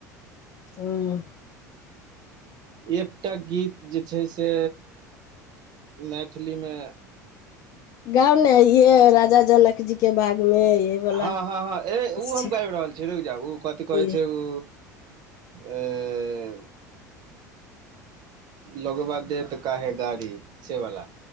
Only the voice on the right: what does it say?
एकटा गीत जे छै से मैथिलीमे
हँ- हँ -हँ ए
ओ हम
गाबि रहल छी रुकि जा ओ कथी
कहै छै ओ आय लोगबा दे त कााहे गाड़ी से बाला